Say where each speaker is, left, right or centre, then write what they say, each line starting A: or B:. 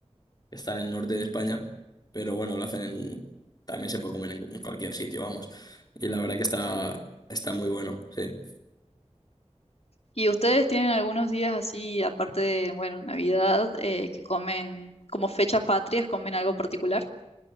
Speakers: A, on the left; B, on the left.
A: que está en el norte de España. Pero bueno, lo hacen en, también se puede comer en, en cualquier sitio, vamos. Y la verdad que está, está muy bueno, sí.
B: ¿Y ustedes tienen algunos días así, aparte de, bueno, Navidad, eh, que comen como fechas patrias, comen algo particular?